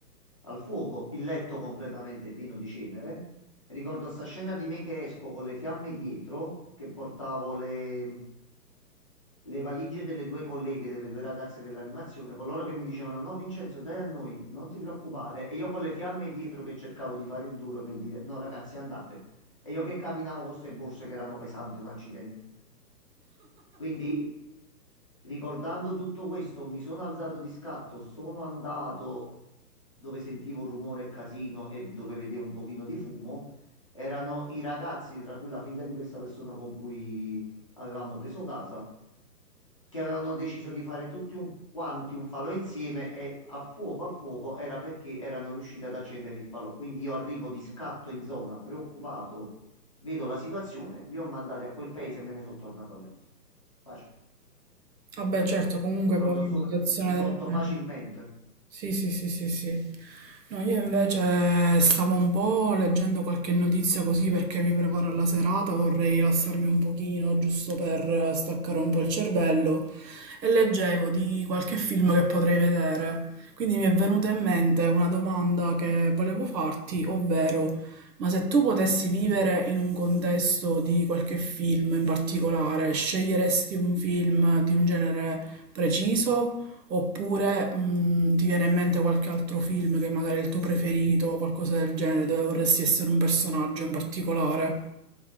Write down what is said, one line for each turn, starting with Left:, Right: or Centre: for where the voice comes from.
Left: al fuoco, il letto completamente pieno di cenere. Ricordo sta scena di me che esco con le fiamme dietro, che portavo le, le valigie delle due colleghe, delle due ragazze dell'animazione, coloro che mi dicevano: No, Vincenzo, dai a noi, non ti preoccupare. E io con le fiamme dietro che cercavo di fare il duro nel dire: No, ragazzi, andate. E io che camminavo con queste borse che erano pesanti, un accidente. Quindi, ricordando tutto questo, mi sono alzato di scatto, sono andato dove sentivo rumore e casino e dove vedevo un pochino di fumo. Erano i ragazzi, tra cui la figlia di questa persona con cui avevamo preso casa che avevano deciso di fare tutti un, quanti un falò insieme e a fuoco al fuoco era perché erano riusciti ad accendere il falò. Quindi io arrivo di scatto in zona, preoccupato, vedo la situazione, li ho mandati a quel paese e me ne sono tornato a letto. Facile,
Right: Vabbè, certo, comunque
Left: proprio
Right: poi in
Left: sopra-
Right: situazione
Left: risolto
Right: del genere.
Left: facilmente.
Right: Sì, sì, sì, sì, sì. No, io invece eh, stavo un po' leggendo qualche notizia così perché mi preparo alla serata, vorrei rilassarmi un pochino, giusto per eh, staccare un po' il cervello, e leggevo di qualche film che potrei vedere. Quindi mi è venuta in mente una domanda che volevo farti, ovvero, ma se tu potessi vivere in un contesto di qualche film in particolare, sceglieresti un film di un genere preciso? Oppure, mhmm, ti viene in mente qualche altro film che magari è il tuo preferito o qualcosa del genere, dove vorresti essere un personaggio in particolare?